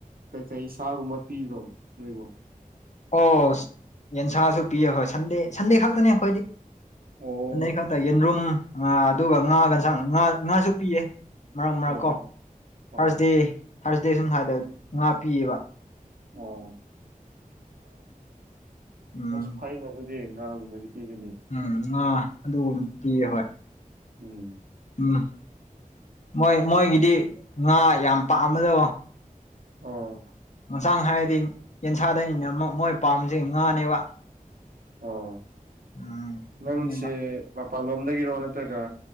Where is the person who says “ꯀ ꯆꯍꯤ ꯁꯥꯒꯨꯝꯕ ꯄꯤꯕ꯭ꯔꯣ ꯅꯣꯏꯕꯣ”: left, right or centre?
Right